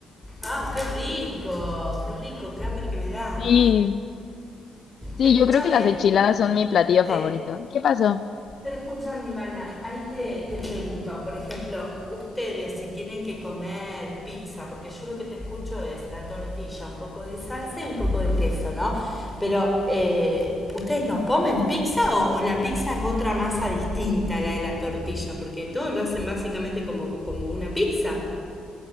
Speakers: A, in the centre; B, on the left.
A: Ah, qué rico, qué rico, qué hambre que me da.
B: Sí, sí,
A: Escúchame,
B: yo creo que las enchiladas son mi platillo
A: sí,
B: favorito. ¿Qué pasó?
A: Pero escúchame, Ivana, ahí te, te pregunto, por ejemplo, ustedes si tienen que comer pizza, porque yo lo que te escucho es la tortilla, un poco de salsa y un poco de queso, ¿no? Pero, eh, ¿ustedes no comen pizza o, o la pizza es otra masa distinta a la de la tortilla? Porque todo lo hacen básicamente como, como una pizza.